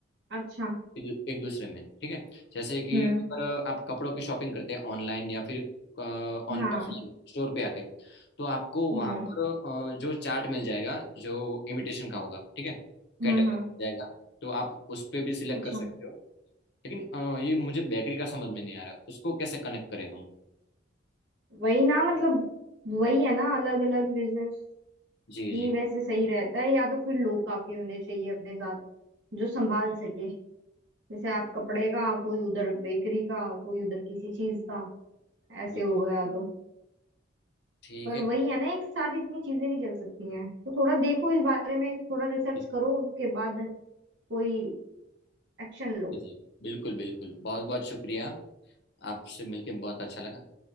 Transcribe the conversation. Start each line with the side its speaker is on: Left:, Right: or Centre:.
Right: अच्छा
Left: एक एक दूसरे में ठीक है जैसे कि
Right: हम्म
Left: अगर आप कपड़ों की शॉपिंग करते हैं ऑनलाइन या फिर ऑफलाइन
Right: हाँ
Left: स्टोर पे आके तो आपको
Right: हम्म
Left: वहां पर अ, जो चार्ट मिल जाएगा जो इमिटेशन का होगा ठीक है
Right: हम्म
Left: कैटलॉग
Right: हम्म
Left: मिल जाएगा तो आप उस पे भी सिलेक्ट
Right: अच्छा
Left: कर सकते हो लेकिन अ, ये मुझे बेकरी का समझ में नहीं आ रहा उसको कैसे कनेक्ट करें हम
Right: वही ना मतलब वही है ना अलग अलग बिजनेस
Left: जी
Right: ही
Left: जी
Right: वैसे सही रहता है या तो फिर लोग काफी होने चाहिए अपने साथ जो संभाल सके जैसे आप कपड़े का कोई उधर बेकरी का कोई उधर किसी चीज का ऐसे
Left: जी
Right: हो गया तो
Left: ठीक
Right: पर
Left: है
Right: वही है ना एक साथ इतनी चीजें नहीं चल सकती हैं तो थोड़ा देखो इस बारे में थोड़ा रिसर्च
Left: जी
Right: करो और उसके बाद कोई एक्शन लो
Left: जी बिल्कुल बिल्कुल बहुत बहुत शुक्रिया आपसे मिलके बहुत अच्छा लगा